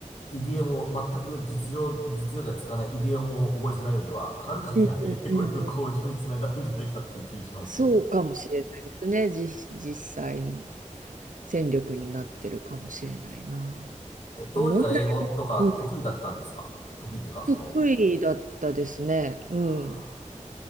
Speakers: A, on the left (about 65°); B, on the right (about 80°).
A: イディオムを、全く実情、実用では使わないイディオムを覚えさせられるよりは、はるかにあの英語力向上につながるんじゃないかっていう気がしますね。
B: うんうんうんそうかもしれないですね。実、実際の戦力になってるかもしれないな。
A: え、当時から英語とか得意だったんですか得意というか、
B: で問題、うん、
A: その、
B: 得意だったですね。うん。
A: あ